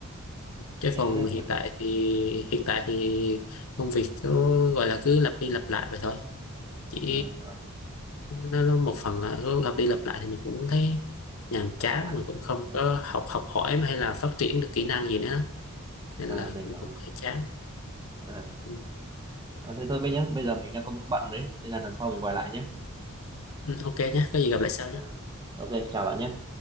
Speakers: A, on the left; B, on the right.
A: chứ
B: thế
A: còn hiện
B: mình
A: tại thì hiện tại thì công việc cứ gọi là cứ lặp đi lặp lại vậy thôi chỉ
B: ừ rồi
A: nó, nó một phần là cứ lặp đi lặp lại thì mình cũng thấy nhàm chán
B: Hơi chán
A: mà cũng không
B: rồi
A: có học học hỏi hay là phát triển được kỹ năng gì nữa nên
B: à
A: là
B: mình
A: cũng,
B: hiểu rồi
A: cũng hơi chán
B: à,
A: Ừ,
B: à thế thôi bây nhá bây giờ mình đang công việc bận đấy nên là lần sau mình gọi lại nhé
A: Ừ, ok nhé có gì gặp lại sau
B: Ờ. ok chào bạn nhé